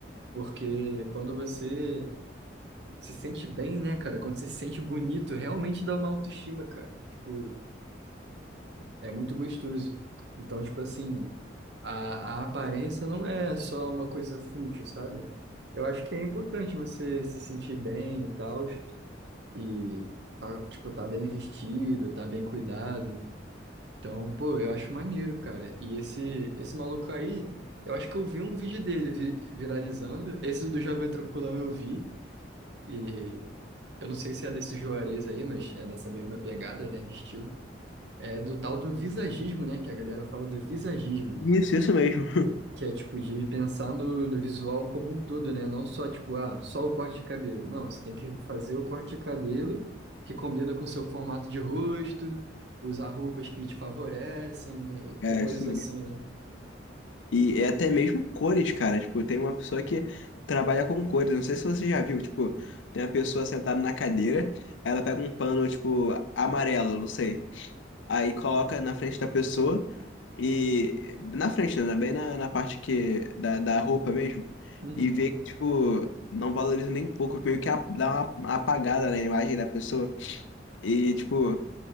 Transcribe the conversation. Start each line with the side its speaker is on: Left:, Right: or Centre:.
Right: Porque quando você se sente bem, né, cara? Quando você se sente bonito, realmente dá uma autoestima, cara. Tipo, é muito gostoso. Então, tipo assim, a, a aparência não é só uma coisa fútil, sabe? Eu acho que é importante você se sentir bem e tal. e tá, tipo, tá bem vestido, tá bem cuidado. Então, pô, eu acho maneiro, cara. E esse esse maluco aí, eu acho que eu vi um vídeo dele vi- viralizando. Esse do Jovem Tranquilão eu vi. E eu não sei se é desse Juarez aí, mas é nessa mesma pegada, né, de estilo. É do tal do visagismo, né, que a galera fala do visagismo.
Left: Isso, isso mesmo. <laughs>
Right: Que é tipo de pensar no, no visual como um todo, né? Não só tipo, ah, só o corte de cabelo. Não, você tem que fazer o corte de cabelo que combina com o seu formato de rosto, usar roupas que te favorecem
Left: É,
Right: e, e coisas
Left: isso mesmo.
Right: assim, né?
Left: E é até mesmo cores, cara. Tipo, tem uma pessoa que trabalha com cores. Não sei se você já viu. Tipo, tem uma pessoa sentada na cadeira, aí ela pega um pano, tipo, amarelo, não sei. Aí coloca na frente da pessoa e. Na frente, né? Bem na, na parte que. Da, da roupa mesmo.
Right: Uhum.
Left: E vê que, tipo, não valoriza nem um pouco. Meio que a- dá uma uma apagada na imagem da pessoa. E, tipo.